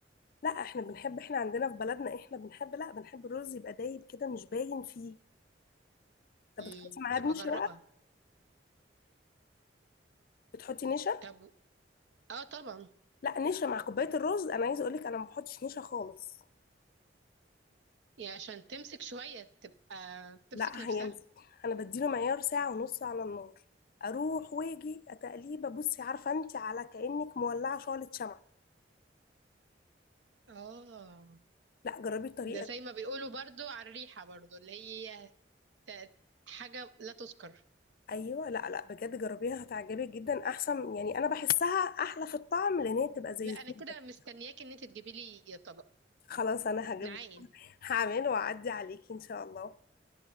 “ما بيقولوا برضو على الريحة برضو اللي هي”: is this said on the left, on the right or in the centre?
Right